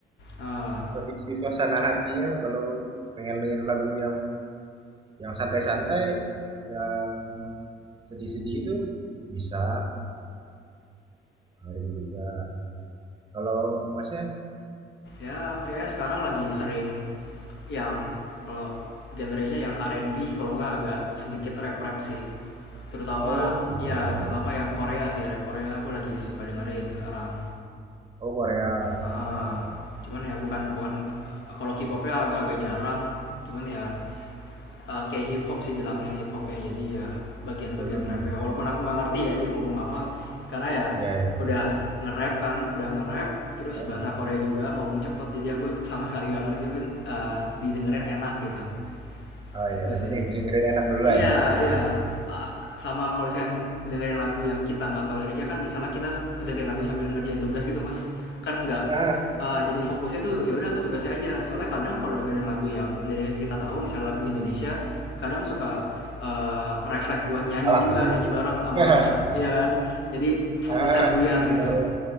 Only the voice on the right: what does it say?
Kondisi suasana hatinya kalau pengen dengerin lagu yang yang santai-santai, yang sedih-sedih itu bisa dengerin juga. Kalau masnya,
oh gitu.
Oh Korea.
Heeh.
Hmm.
Iya iya.
Ah,
ah,
iya. Yang
penting dengerin enak dulu
lah ya. Ah,
ah,
alah.
<laughs>
Ah,
benar.
benar.